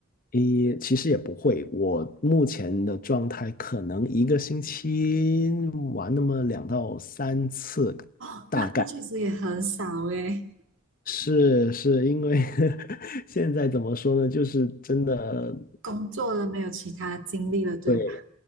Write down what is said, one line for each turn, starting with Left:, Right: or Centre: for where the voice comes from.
Left: 诶，其实也不会，我目前的状态可能一个星期玩那么两到三次，
Right: 哦，
Left: 大概
Right: 那那确实也很少诶，
Left: 是是因为 <laughs> 现在怎么说呢，就是真的
Right: 工作了没有其他精力了，对吧？
Left: 对